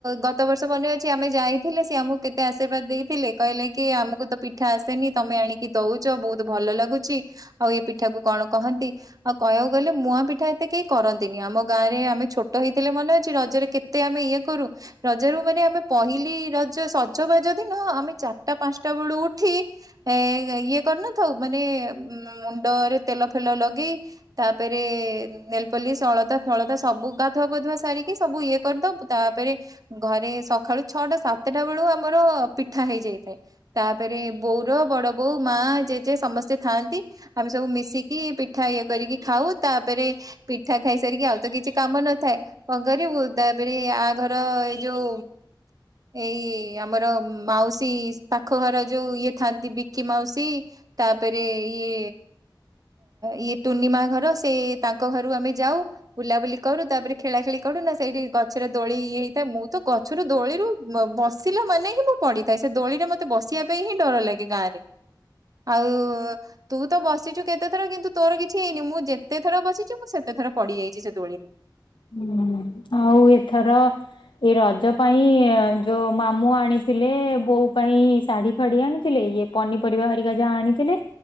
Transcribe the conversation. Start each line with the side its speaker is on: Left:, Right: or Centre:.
Right: ଗତ ବର୍ଷ ମନେ ଅଛି ଆମେ ଯାଇଥିଲେ ସେ ଆମକୁ କେତେ ଆଶୀର୍ବାଦ ଦେଇଥିଲେ କହିଲେ କି ଆମକୁ ତ ପିଠା ଆସନି ତମେ ଆଣିକି କଛ ବହୁତ ଭଲ ଲାଗୁଛି ଆଉ ଏ ପିଠା କ କଣ କହନ୍ତି ଆଉ କହିବାକୁ ଗଲେ ମୁୂଆ ପିଠା ତେ କେହି କରନ୍ତିନି ଆମ ଗାଁ ରେ ଆମେ ଛୋଟ ହେଇଥିଲେ ମନେ ଅଛି ରଜରେ କେତେ ଆମେ ଇଏ କରୁ ରଜରୁ ମାନେ ଆମେ ପହିଲି ରଜ ସଜବାଜ ଦିନ ଆମେ ଚାରିଟା ପାଞ୍ଚଟା ବେଳୁ ଉଠି ଏ ଇଏ କରିନଥାଉ ମାନେ ମୁଣ୍ଡରେ ତେଲ ଫେଲ ଲଗେଇ ତାପରେ ନେଲପଲିସ୍ ଅ ଳତା ଫଳତା ସବୁ ଗାଧୁଆ ପାଧୁଆ ସାରିକି ସବୁ ଇଏ କରିଦଉ ତାପରେ ଘରେ। ସକାଳୁ ଛଅଟା ସାତଟା ବେଳୁ ଆମର ପିଠା ହେଇଯାଇଥାଏ ତାପରେ ବୋଉର ବଡ ବୋଉ। ଉ ମା ଜେଜେ ସମସ୍ତେ ଥାଆନ୍ତି ଆମେ ସବୁ ମିଶିକି ପିଠା ଇଏ କରିକି ଖାଉ ତା ତାପରେ ପିଠା ଖାଇ ସାରିକି ଆଉ ତ କିଛି କାମ ନଥାଏ କଣ କରିବୁ ତାପରେ ଆ ଘର ଏ ଯଉ। ଏଇ ଆମର ମାଉସୀ ପାଖ ଘର ଯୋଉ ଇଏ ଥାନ୍ତି ବିକି ମାଉସୀ। ତାପରେ ଇଏ ଇଏ ଟୁନିମା ଘର ର ସେ। ତାଙ୍କ ଘରୁ ଆମେ ଯାଉ ବୁଲାବୁଲି କରୁ ତାପରେ ଖେଳା ଖେଳି କରୁ ନା ସେଇଠି ଗଛରେ ଦୋଳି ଇଏ ହେଇଥାଏ ମୁଁ ତ ଗଛରୁ ଦୋଳି ବସିଲା ମାନେ ହିଁ ମୁଁ ପଡିଥାଏ ସେ ଦୋଳିରେ ମତେ ବସିବା ପାଇଁ ହିଁ ଡର ଲାଗେ ଗାଁ ରେ। ଆଉ ତୁ ତ ବସିଛୁ କେତେ ଥର କିନ୍ତୁ ତୋର କିଛି ହେଇନି ମୁଁ ଯେତେ ଥର ବସିଛି ସେତ ଥର ପଡିଯାଇଛି। ଦୋଳିରେ
Left: ହୁଁ ଆଉ ଏଥର ଏ ରଜ ପାଇଁ ଯୋଉ ମାମୁଁ ଆଣିଥିଲେ ବୋଉ ପାଇଁ ଶାଢୀ ଫାଡି ଆଣିଥିଲେ। ଇଏ ପନିପରିବା ହରିକା ଯାହା ଆଣିଥିଲେ